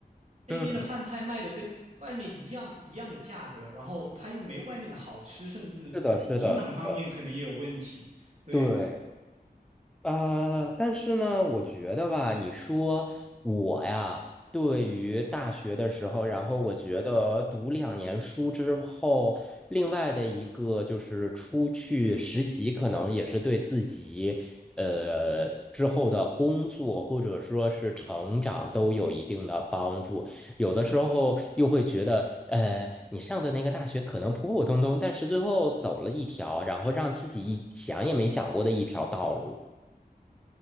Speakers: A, on the right (about 45°); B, in the centre.
A: 那边的饭菜卖的跟外面一样一样的价格，
B: 嗯，
A: 然后它又没外面的好吃，甚至营养方面可能也有问题。
B: 是的，是的，
A: 对，
B: 对。呃，但是呢，我觉得吧，你说我呀，对于大学的时候，然后我觉得读两年书之后，另外的一个就是出去实习，可能也是对自己呃之后的工作或者说是成长都有一定的帮助。有的时候又会觉得，呃，你上的那个大学可能普普通通，但是最后走了一条，然后让自己想也没想过的一条道路。